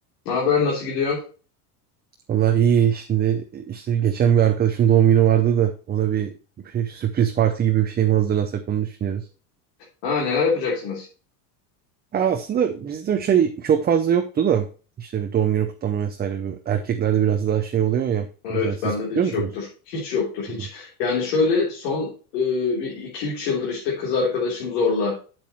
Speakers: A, on the left; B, on the right.
A: Ne haber nasıl gidiyor?
B: Vallahi iyi şimdi e, işte geçen bir arkadaşın doğum günü vardı da ona bir, bir sürpriz parti gibi bir şey mi hazırlasak onu düşünüyoruz.
A: Ha neler yapacaksınız?
B: Ya aslında bizde o şey çok fazla yoktu da işte bir doğum günü kutlama vesaire. bir- Erkeklerde biraz daha şey oluyor ya.
A: Evet
B: Mesela siz
A: bende
B: kutluyor
A: de hiç
B: musunuz?
A: yoktur. Hiç yoktur hiç.
B: Hı.
A: Yani şöyle son e, bir iki üç yıldır işte kız arkadaşım zorla